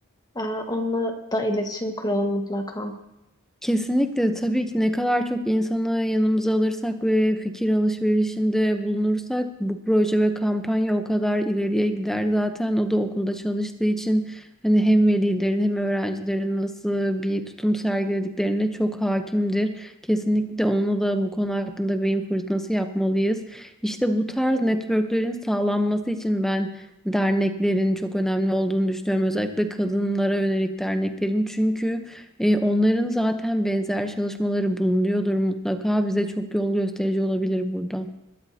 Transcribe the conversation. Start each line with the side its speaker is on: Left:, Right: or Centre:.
Left: Ee, onunla da iletişim kuralım mutlaka.
Centre: Kesinlikle tabii ki ne kadar çok insanı yanımıza alırsak ve fikir alışverişinde bulunursak bu proje ve kampanya o kadar ileriye gider. Zaten o da okulda çalıştığı için hani hem velilerin hem öğrencilerin nasıl bir tutum sergilediklerine çok hakimdir. Kesinlikle onunla da bu konu hakkında beyin fırtınası yapmalıyız. İşte bu tarz networklerin sağlanması için ben derneklerin çok önemli olduğunu düşünüyorum. Özellikle kadınlara yönelik derneklerin çünkü e, onların zaten benzer çalışmaları bulunuyordur mutlaka. Bize çok yol gösterici olabilir burada.